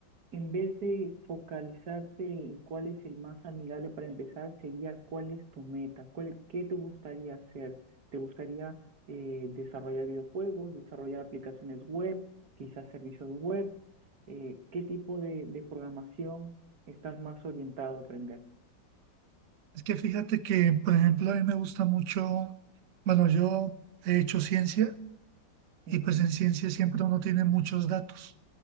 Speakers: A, on the right; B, on the right.
A: en vez de focalizarse en cuál es el más amigable para empezar, sería cuál es tu meta, cuál, qué te gustaría hacer. ¿Te gustaría eh, desarrollar videojuegos, desarrollar aplicaciones web, quizás servicios web? Eh, ¿qué tipo de, de programación estás más orientado a aprender?
B: Es que fíjate que, por ejemplo, a mí me gusta mucho, bueno, yo he hecho ciencia y
A: Ujú,
B: pues en ciencia siempre uno tiene muchos datos.